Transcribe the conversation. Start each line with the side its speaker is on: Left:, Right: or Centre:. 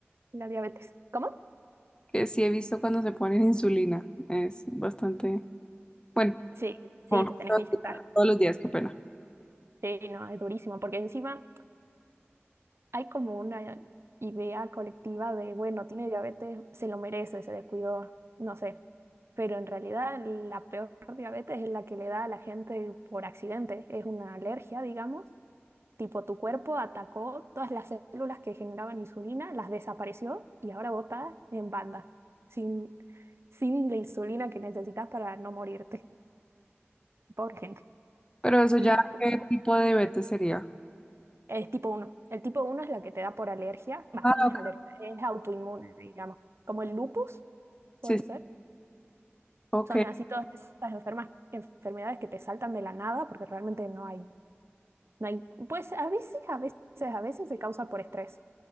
Right: la diabetes. ¿Cómo?
Left: que sí he visto cuando se ponen insulina. Es bastante, bueno,
Right: Sí, sí,
Left: ojo,
Right: te tenés que inyectar.
Left: todos los días, qué pena.
Right: Sí, no, es durísimo, porque encima hay como una idea colectiva de, bueno, tiene diabetes, se lo merece, se descuidó, no sé. Pero en realidad la peor diabetes es la que le da a la gente por accidente. Es una alergia, digamos. Tipo, tu cuerpo atacó todas las células que generaban insulina, las desapareció y ahora bota en banda, sin, sin la insulina que necesitas para no morirte. Pobre gente.
Left: Pero eso
Right: Y
Left: ya, ¿qué tipo de diabetes sería?
Right: Es tipo uno El tipo uno es la que te da por alergia. Va,
Left: Ah,
Right: no
Left: ok.
Right: es alergia, es autoinmune, digamos. Como el lupus, puede
Left: Sí, sí,
Right: ser.
Left: ok,
Right: Son así todas esas enfermas, enfermedades que te saltan de la nada porque realmente no hay, no hay. Pues a veces, a veces, a veces se causa por estrés,